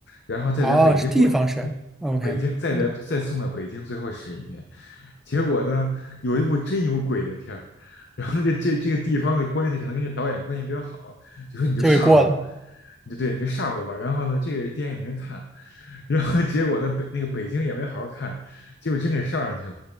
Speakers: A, on the left (about 65°); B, in the centre.
A: 然后再在北京过，
B: 哦，是地方神，OK，
A: 嗯北京再在再送到北京最后审一遍。
B: 嗯，
A: 结果呢，有一部真有鬼的片儿。然后这这这个地方的关系可能跟这导演关系比较好，就说你就上了吧，
B: 就给过了。
A: 你就对你就上了吧。然后呢，这个电影也没人看，然后结果呢北那个北京也没好好看，结果真给上上去了，